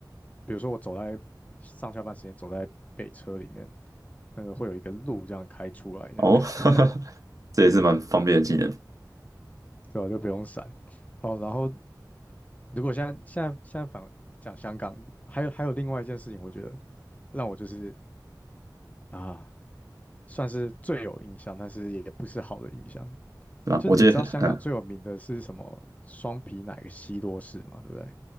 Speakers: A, on the left; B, on the right.
A: 比如说我走在上下班时间走在北车里面，那个会有一个路这样开出来，这样
B: 哦，
A: <laughs>
B: <laughs> 这也是蛮方便的技能，是
A: 对吧、就不用闪。哦，然后如果现在现在现在反讲香港，还有还有另外一件事情，我觉得让我就是啊，算是最有印象，但是也不是好的印象。
B: 吧？
A: 就是你知道香港最有名的是什么双皮奶西多士嘛，
B: 我记得，嗯，
A: 对不对？